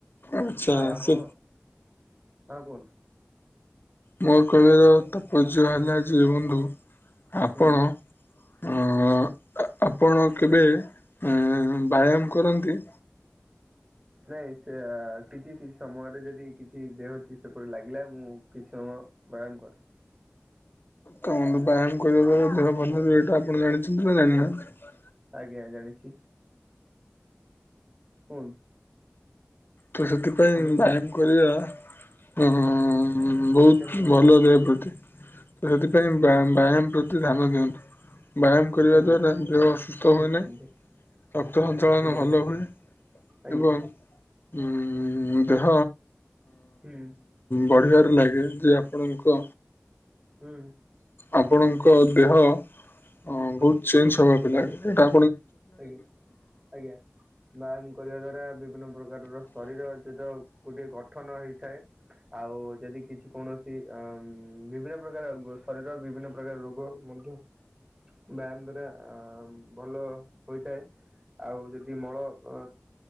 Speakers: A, on the left; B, on the right.
A: ଆଚ୍ଛା
B: ଆଉ ଆପଣ
A: ସେ
B: ହଁ କୁହନ୍ତୁ।
A: ମୋ କହିବାର ତାତ୍ପର୍ଯ୍ୟ ହେଲା ଯେ ବନ୍ଧୁ, ଆପଣ
B: ହୁଁ
A: ଅ
B: ହୁଁ।
A: ଆପଣ କେବେ ବ୍ୟାୟାମ କରନ୍ତି?
B: ନାଇଁ ସେ କିଛି କିଛି ସମୟରେ ଯଦି କିଛି ଦେହ ଟିକେ ସେପରି ଲାଗିଲା ମୁଁ କିଛି ସମୟ ବ୍ୟାୟାମ କରେ।
A: ଦେଖନ୍ତୁ ବନ୍ଧୁ ବ୍ୟାୟାମ୍ କରିବା ଦ୍ୱାରା ଦେହ ଭଲ ରୁହେ ଏଇଟା ଆପଣ ଜାଣିଛନ୍ତି ନା ଜାଣିନାହାନ୍ତି?
B: ଆଜ୍ଞା ଜାଣିଛି। କୁହନ୍ତୁ
A: ତ ସେଥିପାଇଁ
B: ବନ୍ଧୁ
A: ବ୍ୟାୟାମ କରିବା ହୁଁଁ ହୁଁ ହୁଁ ବହୁତ
B: ନିତ୍ୟାନ୍ତ ଜରୁରୀ।
A: ଭଲ ଦେହ ପ୍ରତି। ତ ସେଥିପାଇଁ ବ୍ୟାୟାମ
B: ହୁଁ
A: ବ୍ୟାୟାମ ପ୍ରତି ଧ୍ୟାନ ଦିଅନ୍ତୁ। ବ୍ୟାୟାମ କରିବା
B: ଆଜ୍ଞା
A: ଦ୍ୱାରା ଦେହ ଅସୁସ୍ଥ
B: ନିଶ୍ଚିନ୍ତ
A: ହୁଏ ନାହିଁ ରକ୍ତ ସଞ୍ଚାଳନ
B: ଆଜ୍ଞା
A: ଭଲ ହୁଏ
B: ଆଜ୍ଞା
A: ଏବଂ ଉ ଦେହ
B: ହୁଁ
A: ବଢିବାରେ ଲାଗେ ଯେ ଆପଣ ଙ୍କ
B: ହୁଁ
A: ଆପଣଙ୍କ ଦେହ ଅ
B: ହୁଁ
A: ବହୁତ ଚେଞ୍ଜ ହବାକୁ ଲାଗେ ଏଟା
B: ଆଜ୍ଞା ଆଜ୍ଞା ବ୍ୟାୟାମ କରିବା ଦ୍ଵାରା ବିଭିନ୍ନ ପ୍ରକାରର ଶରୀର ଯଦି ଗୋଟେ ଗଠନ ହେଇଥାଏ। ଆଉ ଯଦି କିଛି କୌଣସି ଅ ବିଭିନ୍ନ ପ୍ରକାର ଶରୀର ବିଭିନ୍ନ ପ୍ରକାର ରୋଗ ମଧ୍ୟ ବ୍ୟାୟାମ ଦ୍ଵାରା ଭଲ ହୋଇଥାଏ ଆଉ ଯଦି ମଳ ଅ